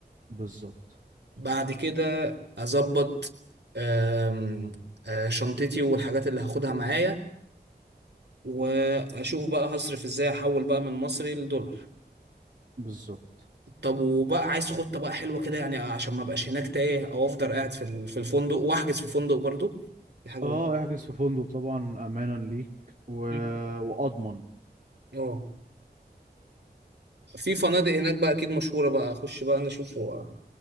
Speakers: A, on the right (about 50°); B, on the right (about 75°).
A: بالظبط
B: بعد كده اظبط آم، آه، شنطتي والحاجات اللي هاخدها معايا واشوف بقى هصرف ازاي احول بقى من مصري لدولار
A: بالظبط
B: طب وبقى عايز خطة بقى حلوة كده يعني عشان ما ابقاش هناك تايه او افضل قاعد في ال- في الفندق واحجز في فندق برضو دي حاجة مهمة
A: اه احجز في فندق طبعا امانا ليك و...
B: مم.
A: واضمن
B: اه في فنادق هناك بقى اكيد مشهورة بقى اخش بقى انا اشوف هو